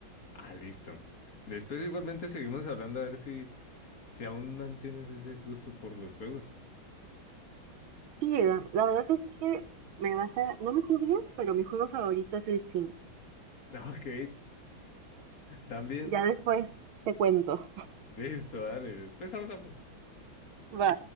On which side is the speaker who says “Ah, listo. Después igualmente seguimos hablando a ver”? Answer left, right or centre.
Left